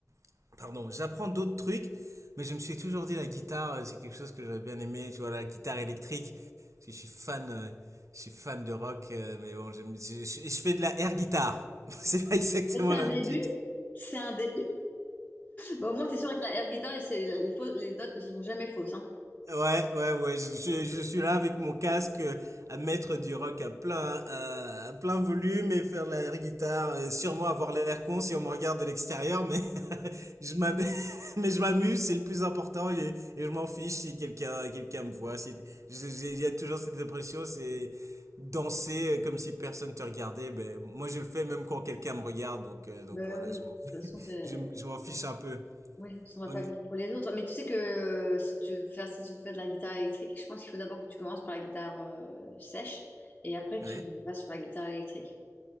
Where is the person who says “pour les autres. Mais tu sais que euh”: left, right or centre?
Left